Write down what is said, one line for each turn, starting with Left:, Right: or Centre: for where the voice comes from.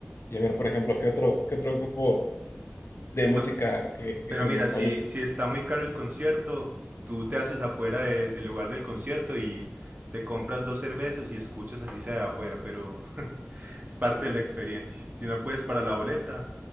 Left: Y a ver, por ejemplo, ¿qué otro, qué otro grupo? de música
Right: No,
Left: eh,
Right: pero
Left: en
Right: mira,
Left: español.
Right: si, si está muy caro el concierto, tú te haces afuera de- del lugar del concierto y te compras dos cervezas y escuchas así sea de afuera, pero Es parte de la experiencia. Si no puedes para la boleta,